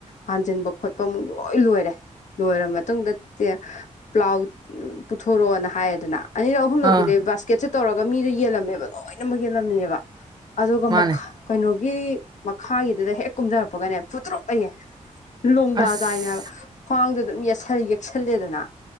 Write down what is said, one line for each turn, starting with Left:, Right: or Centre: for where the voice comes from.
Left: ꯍꯥꯟꯖꯟꯕ ꯈꯣꯠꯄ ꯑꯃꯨꯛ ꯂꯣꯏ ꯂꯣꯏꯔꯦ ꯂꯣꯏꯔ ꯃꯇꯨꯡꯗ ꯄ꯭ꯂꯥꯎ ꯄꯨꯊꯣꯔꯛꯑꯣꯅ ꯍꯥꯏꯔꯦꯗꯅ ꯑꯅꯤꯔꯛ ꯑꯍꯨꯝꯂꯛꯄꯨꯗꯤ
Right: ꯑꯥ
Left: ꯕꯥꯁꯀꯦꯠꯁꯦ ꯇꯧꯔꯒ ꯃꯤꯗꯣ ꯌꯦꯜꯂꯝꯃꯦꯕ ꯂꯣꯏꯅꯃꯥꯛ ꯌꯦꯜꯂꯝꯃꯦꯕ ꯑꯗꯨꯒ
Right: ꯃꯥꯅꯦ
Left: ꯃꯈꯥ ꯀꯩꯅꯣꯒꯤ ꯃꯈꯥꯒꯤꯗꯨꯗ ꯍꯦꯛ ꯀꯨꯝꯊꯔꯛꯄꯒꯅꯦ ꯐꯨꯠꯇ꯭ꯔꯨ ꯍꯥꯢꯌꯦ ꯂꯣꯡꯗꯥ
Right: ꯑꯁ
Left: ꯇꯥꯏꯅꯦꯕ ꯈ꯭ꯋꯥꯡꯗꯣ ꯑꯗꯨꯝ ꯌꯦꯁ ꯌꯦꯛꯁꯜꯂꯦꯗꯅ